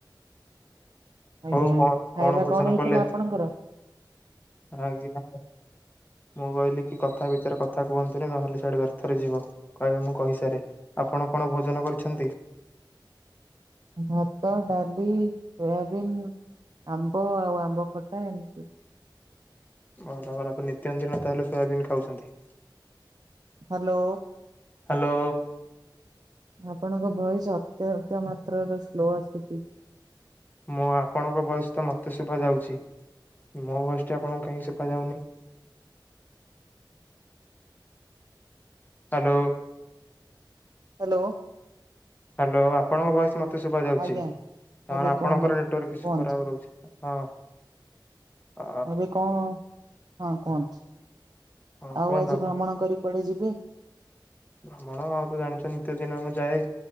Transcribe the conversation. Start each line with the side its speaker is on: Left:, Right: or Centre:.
Right: ଆଜ୍ଞା
Left: ହଉ କଣ
Right: ଖାଇବା
Left: କଣ ଭୋଜନ
Right: ହେଇଥିଲା
Left: କଲେ
Right: ଆପଣଙ୍କର?
Left: ଆଜ୍ଞା? ମୁଁ କହିଲି କି କଥା ଭିତରେ କଥା କୁହନ୍ତୁନି, ନହେଲେ ସେ ଆଡେ ବ୍ୟର୍ଥରେ ଯିବ। କହିବେ ମୁଁ କହିସାରେ। ଆପଣ କଣ ଭୋଜନ କରିଛନ୍ତି?
Right: ଭାତ, ଡାଲି, ସୋୟାବିିନ, ଆମ୍ବ ଆଉ ଆମ୍ବ ଖଟା ଏମିତି।
Left: ଭଲ ଭଲ ଆପଣ ନିତ୍ୟ ଦିନ ତାହେଲେ ସୋୟାବିନ ଖାଉଛନ୍ତି।
Right: ହ୍ୟାଲୋ।
Left: ହ୍ୟାଲୋ।
Right: ଆପଣଙ୍କ ଭଏସ ଅତ୍ୟନ୍ତ ମାତ୍ରାରେ ସ୍ଲୋ ଆସୁଛି।
Left: ମୁଁ ଆପଣଙ୍କ ଭୟସ ତ ମୋତେ ଶୁଭା ଯାଉଛି ମୋ ଭୟସଟି ଆପଣଙ୍କୁ କାହିଁକି ଶୁଭା ଯାଉନି। ହ୍ୟାଲୋ।
Right: ହ୍ୟାଲୋ।
Left: ହ୍ୟାଲୋ ଆପଣଙ୍କ ଭଏସ୍ ମୋତେ ଶୁଭାଯାଉଛି।
Right: ଆଜ୍ଞା
Left: ତା ମାନେ
Right: ଏବେ
Left: ଆପଣଙ୍କର
Right: କୁହନ୍ତୁ
Left: ନେଟୱାର୍କ କିଛି
Right: କୁହନ୍ତୁ
Left: ଖରାପ ରହୁଛି। ହଁ। ଅ
Right: ଏବେ କଣ ହଁ କୁହନ୍ତୁ।
Left: ହଁ
Right: ଆଉ
Left: କୁହନ୍ତୁ
Right: ଆଜି
Left: ଆପଣ
Right: ଭ୍ରମଣ କରି କୁଆଡ଼େ ଯିବେ?
Left: ଭ୍ରମଣ ହଁ <unintelligible> ଦିନ ମୁଁ ଯାଏ।